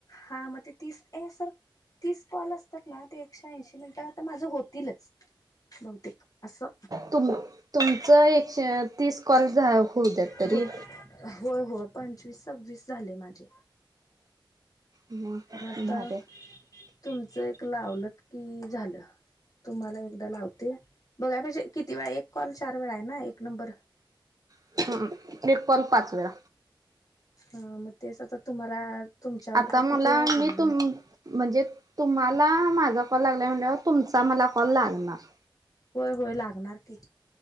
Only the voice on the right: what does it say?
तुम तुमचं एकशे तीस कॉल होऊ द्यात तरी
भारी
आहे एक कॉल पाच वेळा.
आता मला
मी तुमा म्हणजे तुम्हाला माझ माझा कॉल लागलाय म्हणाव तुमचा मला कॉल लागणार.